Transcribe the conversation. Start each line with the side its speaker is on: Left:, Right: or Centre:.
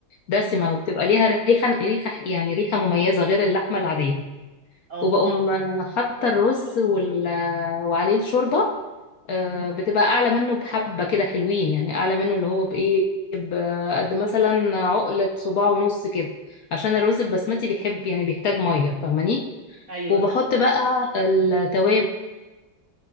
Left: دسمة
Right: امم
Left: وبتبقى ليها ريحة ريحة يعني ريحة مميزة غير اللحمة العادية
Right: اه
Left: وبقوم حاطة الرز وال... آه، وعليه الشوربة آه،
Right: امم
Left: بتبقى اعلى منه بحبه كده حلوين يعني اعلى منه اللي هو بايه بقد مثلا عقله صباع ونص كده عشان الرز البسمتي بيحب يعني بيحتاج ميه فاهماني
Right: ايوه
Left: وبحط بقى التوابل